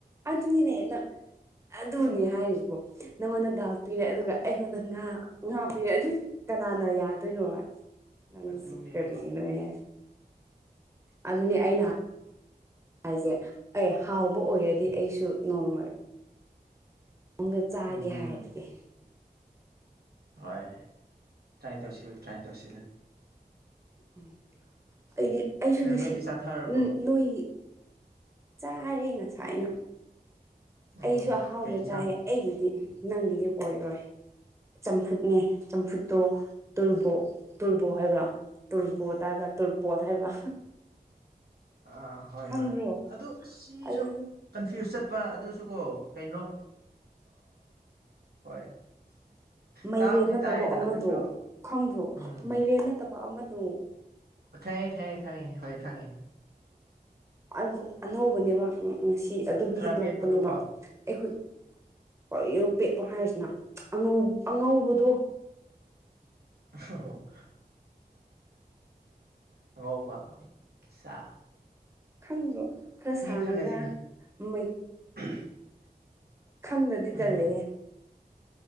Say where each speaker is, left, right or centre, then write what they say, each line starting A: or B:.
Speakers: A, on the right; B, on the right.
A: ꯑꯗꯨꯅꯤꯅꯦ ꯅꯪ꫰꫰ ꯑꯗꯨꯅꯦ ꯍꯥꯏꯔꯤꯁꯤꯕꯣ ꯅꯪꯉꯣꯟꯗ ꯗꯥꯜ ꯄꯤꯔꯦ ꯑꯗꯨꯒ꯫ ꯑꯩꯉꯣꯟꯗ ꯉꯥ ꯉꯥ ꯄꯤꯔꯦ ꯑꯗꯨ ꯀꯅꯥꯅ ꯌꯥꯗꯣꯏꯅꯣ꯫ ꯅꯪꯁꯨ
B: ꯑꯗꯨꯅꯦꯕ
A: ꯀꯔꯤꯒꯤꯅꯣꯍꯦ ꯑꯗꯨꯅꯦ ꯑꯩꯅ ꯍꯥꯏ꯫ ꯍꯥꯏꯁꯦ ꯑꯩ ꯍꯥꯎꯕ ꯑꯣꯏꯔꯗꯤ ꯑꯩꯁꯨ ꯅꯣꯡꯃ꯫ ꯑꯃꯒ ꯆꯥꯒꯦ
B: ꯎꯝ ꯍꯝ
A: ꯍꯥꯏꯔꯗꯨꯗꯤ
B: ꯍ ꯇ꯭ꯔꯥꯏ ꯇꯧꯁꯤ ꯇ꯭ꯔꯥꯏ ꯇꯧꯁꯤ
A: ꯎꯝ ꯑꯩꯗꯤ ꯑꯩꯁꯨ
B: ꯀꯩꯅꯣ
A: ꯉꯁꯤ
B: ꯅꯣꯏꯗꯤ ꯆꯥꯊꯔꯕꯣ
A: ꯅꯣꯏ ꯆꯥꯔꯦ ꯅꯁꯥꯏꯅ
B: ꯎꯝ
A: ꯑꯩꯁꯨ ꯑꯍꯥꯎꯕ
B: ꯀꯩ ꯌꯦꯟꯁꯥꯡ
A: ꯆꯥꯏ ꯑꯩꯒꯤꯗꯤ ꯅꯪꯒꯤꯗꯤ ꯑꯣꯏꯔꯣꯏ ꯆꯝꯐꯨꯠꯅꯦ ꯆꯝꯐꯨꯠꯇꯣ ꯇꯨꯔꯕꯣ ꯇꯨꯔꯕꯣ ꯍꯥꯏꯕ꯭ꯔꯥ ꯇꯨꯔꯕꯣꯠ ꯍꯥꯏꯕ꯭ꯔꯥ ꯇꯨꯔꯄꯣꯠ ꯍꯥꯏꯕ꯭ꯔꯥ꯫
B: ꯑꯥ ꯍꯣꯏ
A: ꯈꯪꯕ꯭ꯔꯣ
B: ꯍꯣꯏ ꯑꯗꯨ ꯁꯤꯁꯨ꯫
A: ꯑꯗꯨ
B: ꯀꯟꯐ꯭ꯌꯨꯁ ꯆꯠꯄ ꯑꯗꯨꯁꯨ ꯀꯣ ꯀꯩꯅꯣ꯫ ꯍꯣꯏ꯫
A: ꯃꯩꯔꯦꯟ
B: ꯇꯥꯕꯨꯗꯤ
A: ꯅꯠꯇꯕ
B: ꯇꯥꯏꯗ
A: ꯑꯃꯗꯣ
B: ꯑꯗꯨꯁꯨ
A: ꯈꯪꯗ꯭ꯔꯣ
B: ꯎꯝ
A: ꯃꯩꯔꯦꯟ ꯅꯠꯇꯕ ꯑꯃꯗꯣ꯫
B: ꯈꯪꯉꯦ ꯈꯪꯉꯦ ꯈꯉꯦ ꯍꯣꯏ ꯈꯪꯉꯦ꯫
A: ꯑꯗꯨ ꯑꯅꯧꯕꯅꯦꯕ ꯉꯁꯤ ꯑꯗꯨꯝ
B: ꯈꯔ
A: ꯍꯦꯛꯂꯛꯄꯅꯦꯕ
B: ꯄꯦꯠꯄꯗꯨꯀꯣ
A: ꯑꯩꯈꯣꯏ ꯍꯣꯏ ꯄꯦꯛꯄ ꯍꯥꯏꯔꯤꯁꯤꯅ ꯑꯉꯧ ꯑꯉꯧꯕꯗꯣ
B: ꯑꯣ ꯑꯉꯥꯎꯕ ꯁꯥ
A: ꯈꯪꯗꯣ ꯈꯔ ꯁꯥꯡꯉꯒ
B: ꯈꯜꯂꯁꯤꯅꯦ
A: ꯃꯩ
B: ꯎꯝ
A: ꯈꯪꯗꯗꯂꯦ
B: ꯍꯝ